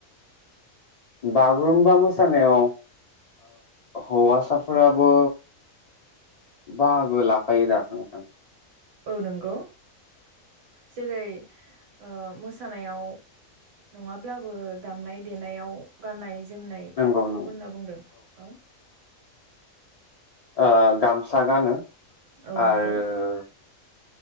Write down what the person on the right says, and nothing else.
औ नंगौ जेरै ओ मोसानायाव नङाब्लाबो दामनाय देनायाव गान्नाय जोमनायखौ
होनना बुंदों औ
औ नंगौ